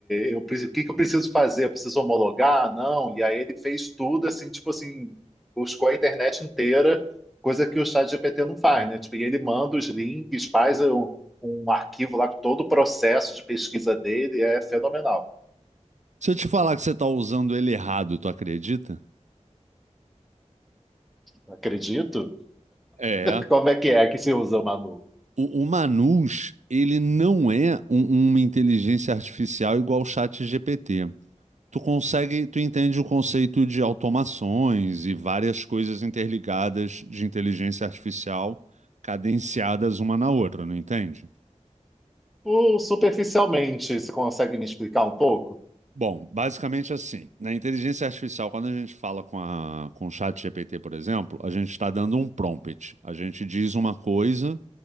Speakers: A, in the centre; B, on the right (about 75°).
A: eu, preci- o que que eu preciso fazer? Eu preciso homologar? Não. E aí ele fez tudo assim, tipo assim, buscou a internet inteira, coisa que o ChatGPT não faz, né? Tipo, e ele manda os links, faz um, um arquivo lá com todo o processo de pesquisa dele, é fenomenal.
B: Se eu te falar que você tá usando ele errado, tu acredita?
A: Acredito.
B: É.
A: Como é que é que se usa, Manu?
B: O, o Manus, ele não é um- uma inteligência artificial igual o chat GPT. Tu consegue, tu entende o conceito de automações e várias coisas interligadas de inteligência artificial cadenciadas uma na outra, não entende?
A: Uh, superficialmente, você consegue me explicar um pouco?
B: Bom, basicamente assim, na inteligência artificial, quando a gente fala com a, com o chat GPT, por exemplo, a gente está dando um prompt. A gente diz uma coisa,